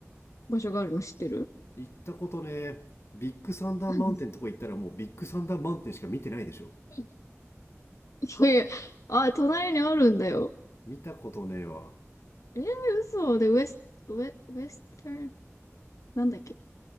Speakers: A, on the left; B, on the left.
A: 場所があるの知ってる
B: 行ったことね、ビッグサンダーマウンテンとこ行ったらもうビッグサンダーマウンテンしか見てないでしょ。
A: うん <laughs> いやいや、あ、隣にあるんだよ。
B: 見たことねえわ。
A: えー、嘘で、ウエス、ウエ、ウエスタン、なんだっけ